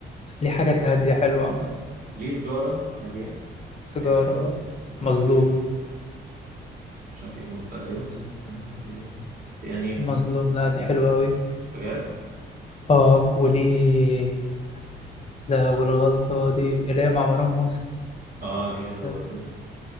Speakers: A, on the left; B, on the right.
A: ليه حاجات هادية حلوة عامة
B: ليه سجاره هاديه
A: سيجارة
B: آه... بقى
A: مظلوم
B: و... أنا مش عارف ايه المز... غالبا المزون اللي سمعتها قبل كده باين. بس يعني
A: مظلوم لا دي حلوة أوي
B: بجد
A: اه وليه لا والغلطة دي اللي هي مع مروان موسى
B: اه دي حلوه
A: لا
B: برضو